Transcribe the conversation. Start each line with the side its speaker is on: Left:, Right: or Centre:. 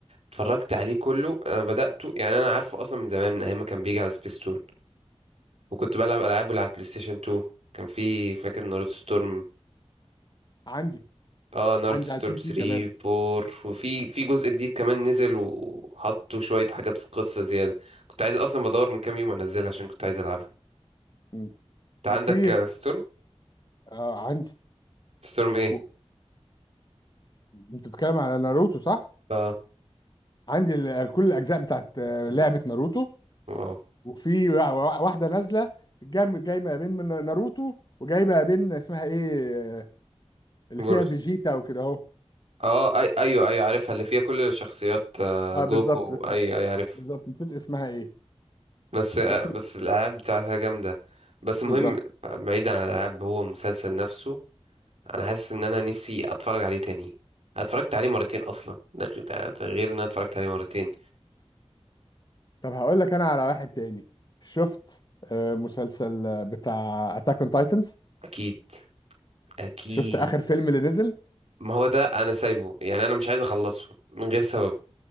Right: اتفرجت عليه كله انا بدأته يعني انا عارفه اصلا من زمان من ايام ما كان بيجي على سبيستون وكنت بلعب العاب على البلاي ستيشن 2 كان في فاكر ناروتو ستورم
Left: عندي
Right: اه ناروتو
Left: عندي
Right: ستورم
Left: على البي
Right: 3
Left: سي كمان
Right: 4 وفي في جزء جديد كمان نزل وحطوا شوية حاجات في القصة زيادة كنت عايز اصلا بدور من كام يوم انزلها عشان كنت عايز العبها
Left: مم.
Right: انت عندك
Left: وفي
Right: آه، ستورم
Left: آه عندي
Right: ستورم ايه
Left: و... انت بتتكلم على ناروتو صح؟
Right: اه
Left: عندي ال... كل الاجزاء بتاعت آه، لعبة ناروتو
Right: واو
Left: وفي وا- وا- واحدة نازلة جايب- جايبه ما بين من ناروتو وجايبه ما بين اسمها ايه آه، اللي
Right: جورج
Left: فيها فيجيتا وكده اهو
Right: اه أي ايوه ايوه عارفها اللي فيها كل الشخصيات آه،
Left: اه
Right: جوكو
Left: بالظبط بس
Right: ايوه
Left: نس-
Right: ايوه عارف
Left: بالظبط نسيت اسمها ايه
Right: بس آه،
Left: لكن
Right: بس الالعاب بتاعتها جامدة بس
Left: بالظبط
Right: المهم آه، بعيد عن الالعاب هو مسلسل نفسه انا حاسس ان انا نفسي اتفرج عليه تاني أنا اتفرجت عليه مرتين اصلا ده غ- ده ده غير ان انا اتفرجت عليه مرتين
Left: طب هقول لك انا على واحد تاني شفت آه، مسلسل آه، بتاع اتاك اون تايتنز
Right: اكيد اكيد
Left: شفت اخر فيلم اللي نزل <laughs>
Right: ما هو ده انا سايبه يعني انا مش عايز اخلصه من غير سبب